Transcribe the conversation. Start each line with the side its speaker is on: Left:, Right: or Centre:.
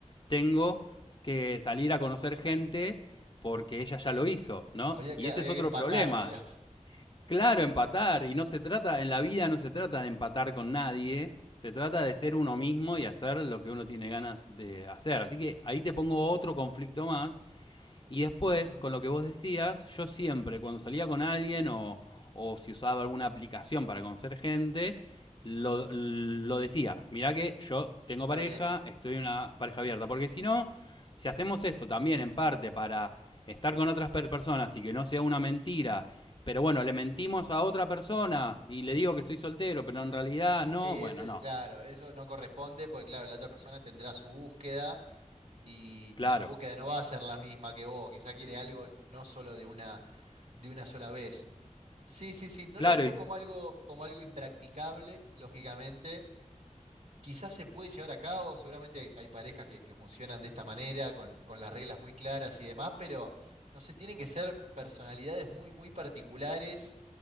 Left: tengo que salir a conocer gente porque ella ya lo hizo, ¿no?
Right: Había
Left: Y
Right: que,
Left: ese
Right: había
Left: es otro
Right: que empatar,
Left: problema.
Right: digamos.
Left: Claro, empatar, y no se trata, en la vida no se trata de empatar con nadie, se trata de ser uno mismo y hacer lo que uno tiene ganas de hacer. Así que ahí te pongo otro conflicto más, y después,
Right: Mm,
Left: con lo que vos decías, yo siempre, cuando salía con alguien o, o si usaba alguna aplicación para conocer gente, lo, lo decía. Mirá que yo tengo
Right: Está
Left: pareja,
Right: bien.
Left: estoy en una pareja abierta. Porque si no, si hacemos esto también en parte para estar con otras per- personas y que no sea una mentira, pero bueno, le mentimos a otra persona y le digo que estoy soltero, pero en realidad no,
Right: Sí,
Left: bueno,
Right: eso es
Left: no.
Right: claro, eso no corresponde porque claro, la otra persona tendrá su búsqueda y,
Left: Claro,
Right: y su búsqueda no va a ser la misma que vos, quizá quiere algo no solo de una, de una sola vez. Sí, sí, sí, no
Left: claro,
Right: lo veo
Left: y-
Right: como algo, como algo impracticable, lógicamente. Quizás se puede llevar a cabo, seguramente hay, hay parejas que, que funcionan de esta manera, con, con las reglas muy claras y demás, pero no sé, tienen que ser personalidades muy, muy particulares